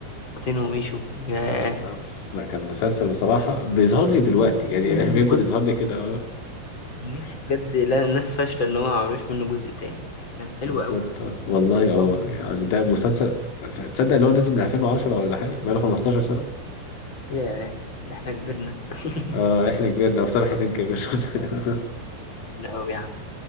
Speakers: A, on the left; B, on the left.
A: فاطين وميشو ياه
B: اه آه. ده كان مسلسل بصراحة بيظهر لي دلوقتي
A: كان نفسي يعملوا
B: يعني
A: منه
B: <laughs> بيفضل
A: جزء
B: يظهر لي كده اه
A: كان نفسي بجد لا الناس فاشلة إن هو ما عملوش منه جزء تاني كان حلو
B: بالظبط
A: قوي
B: آه. والله
A: حلو
B: اه
A: قوي
B: يعني ده مسلسل ف- ف- تصدق ان هو نزل من 2010 ولا حاجة بقاله 15 سنة
A: ياه ده احنا كبرنا <laughs>
B: اه احنا كبرنا وسامح حسين كبر <laughs>
A: أوي يا عم